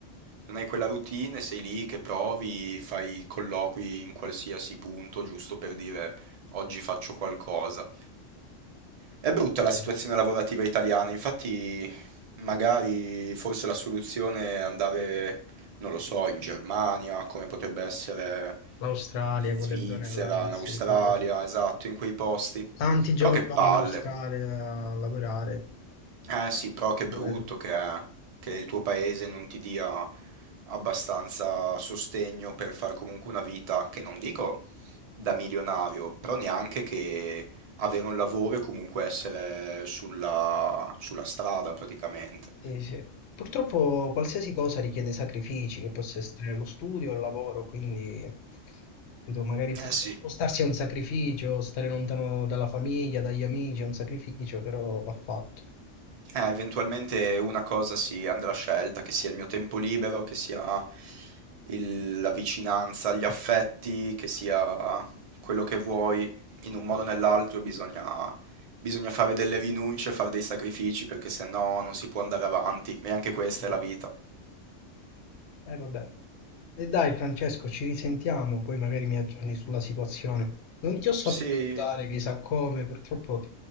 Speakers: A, on the right; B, on the left.
A: Non hai quella routine, sei lì che provi, fai colloqui in qualsiasi punto, giusto per dire oggi faccio qualcosa. È brutta la
B: Sì.
A: situazione
B: sì.
A: lavorativa italiana, infatti magari forse la soluzione è andare, non lo so, in Germania, come potrebbe essere
B: L'Australia,
A: in
B: quelle
A: Svizzera,
B: zone là,
A: in
B: sì,
A: Australia,
B: pure.
A: esatto, in quei posti.
B: Tanti giovani
A: Però che
B: vanno
A: palle.
B: in Australia a lavorare.
A: Eh sì, però che brutto
B: Lo vedo.
A: che è che il tuo paese non ti dia abbastanza sostegno per far comunque una vita che non dico da milionario, però neanche che avere un lavoro e comunque essere sulla, sulla strada praticamente.
B: Sì, sì. Purtroppo qualsiasi cosa richiede sacrifici, che possa essere lo studio o il lavoro, quindi capito, magari può-
A: Eh sì,
B: spostarsi è un sacrificio, stare lontano dalla famiglia, dagli amici è un sacrificio, però va fatto.
A: Eh, eventualmente una cosa sì, andrà scelta, che sia il mio tempo libero, che sia il- la vicinanza agli affetti, che sia quello che vuoi, in un modo o nell'altro bisogna, bisogna fare delle rinunce, fare dei sacrifici, perché se no non si può andare avanti, e anche questa
B: Vero.
A: è la vita.
B: Eh, vabbè. E dai, Francesco, ci risentiamo, poi magari mi aggiorni sulla situazione. Non ti ho saputo
A: Sì,
B: aiutare, chissà come, purtroppo,